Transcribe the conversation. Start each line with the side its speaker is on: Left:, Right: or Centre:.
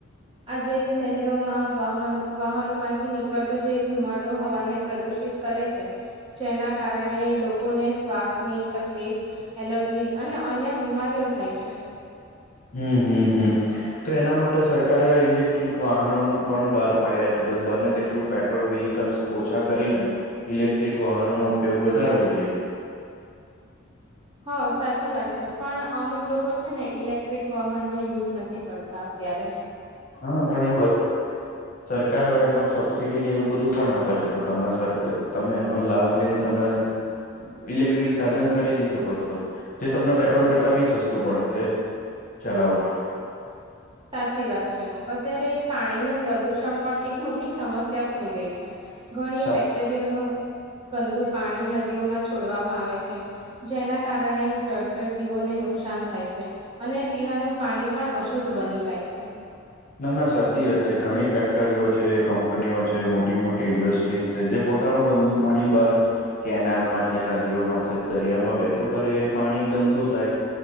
Right: આજે શહેરોમાં વાહન વાહનોમાંથી નીકળતો જે ધુમાડો હવાને પ્રદુષિત કરે છે. જેના કારણે લોકોને શ્વાસની તકલીફ એલર્જી અને અન્ય બીમારીઓ થાય છે
Left: હમ હમ હમ તો એના માટે સરકારે ઈલેક્ટ્રિક વાહનો ન પણ બહાર પાડ્યા બને તેટલું પેટ્રોલ વેહકલ્ ઓછા કરીને ઇલેક્ટ્રિક વાહનો નો ઉપયોગ વધારવો જોઈએ
Right: હા સાચી વાત છે પણ અમુક લોકો છે ને ઇલેક્ટ્રિક વાહનનો યુઝ નથી કરતા ક્યારે
Left: હા પણ એ સરકાર હવે એમાં સબસીડી ને એવું બધું પણ આપે છે તો તમે સરકાર તમે એનો લાભ લઈને તમે ઇલેક્ટ્રિક સાધન ખરીદી શકો છો જે તમને પેટ્રોલ કરતા બી સસ્તું પડે છે ચલાવામાં
Right: સાચી વાત છે અત્યારે પાણી નું પ્રદુષણ પણ એક મોટી સમસ્યા થઈ ગઈ છે ઘણી
Left: સા
Right: ફેક્ટરીઓનું ગંદુ પાણી નદીઓમાં છોડવામાં આવે છે જેના કારણે જળચર જીવોને નુકસાન થાય છે અને પીવાનું પાણી પણ અશુદ્ધ બની જાય છે.
Left: ના ના સાચી વાત છે ઘણી ફેક્ટરીઓ છે કંપનીઓ છે મોટી મોટી ઇન્ડસ્ટ્રીઝ છે જે પોતાનું ગંદુ પાણી બહાર કેનાલમાં છે નદીઓમાં છે દરિયામાં વહેતું કરે એ પાણી ગંદુ થાય